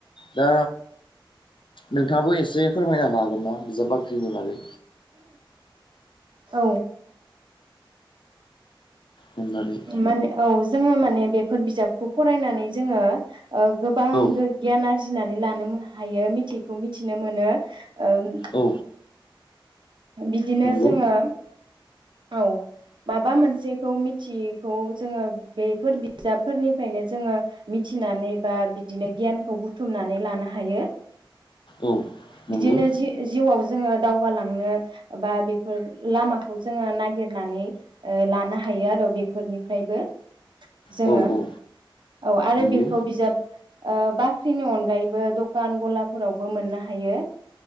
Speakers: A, on the left (about 65°); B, on the right (about 60°).
A: दा नोंथाङाबो एसे फोरमायना होनो हागोन ना बिजाब बाख्रिनि बागै
B: औ।
A: अननानै
B: माने औ जोङो माने बे। फोर बिजाबखौ फरायनानै जोङो। गोबां
A: औ
B: गो गियान आरजिनानै लानो हायो मिथियैखौ मिथिनो मोनो ओं
A: औ
B: बिदिनो
A: नंगौ
B: जोङो औ माबा मोनसेखौ मिथियैखौ जोङो बेफोर बिजाबफोरनिफ्रायनो जोङो मिथिनानै बा बिदिनो गियानखौ बुथुमनानै लानो हायो
A: औ
B: बिदिनो
A: नंगौ
B: जि -जिउआव जोङो दावगालांनो बा बेफोर लामाखौ जोङो नागिरनानै ओ लानो हायो आरो बेफोरनिफ्रायबो जोङो
A: औ औ
B: औ आरो
A: नंगौ
B: बेखौ बिजाब ओ बाख्रिनि अनगायैबो दखान गलाफोरावबो मोननो हायो